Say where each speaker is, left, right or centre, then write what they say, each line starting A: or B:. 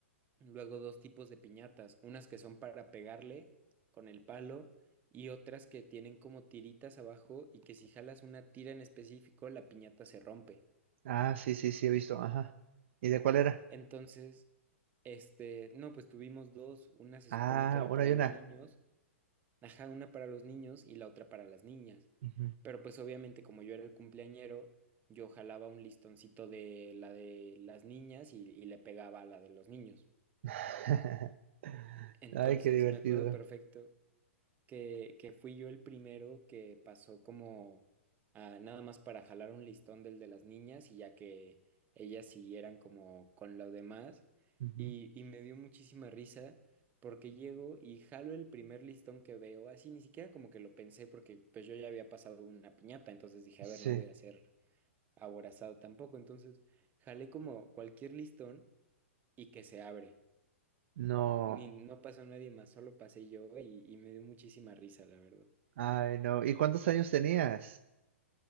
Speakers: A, on the right (about 25°); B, on the right (about 60°).
A: luego dos tipos de piñatas, unas que son para pegarle con el palo y otras que tienen como tiritas abajo y que si jalas una tira en específico, la piñata se rompe.
B: Ah, sí, sí, sí, he visto, ajá. ¿Y de cuál era?
A: Entonces, este, no, pues tuvimos dos, una se
B: Ah,
A: supone que era
B: una
A: para
B: y
A: los
B: una.
A: niños Ajá, una para los niños y la otra para las niñas.
B: Ujú.
A: Pero pues obviamente como yo era el cumpleañero, yo jalaba un listoncito de la de las niñas y, y le pegaba a la de los niños.
B: <laughs>
A: Entonces
B: Ay, qué divertido.
A: me acuerdo perfecto que, que fui yo el primero que pasó como a, nada más para jalar un listón del de las niñas y ya que ellas siguieran como con lo demás.
B: Ujú.
A: Y, y me dio muchísima risa porque llego y jalo el primer listón que veo, así ni siquiera como que lo pensé porque pues yo ya había pasado una piñata, entonces dije,
B: Sí,
A: a ver, no voy a ser aborazado tampoco. Entonces jalé como cualquier listón y que se abre.
B: no.
A: Ni, no pasó nadie más, solo pasé yo y, y me dio muchísima risa, la verdad.
B: Ay, no. ¿Y cuántos años tenías?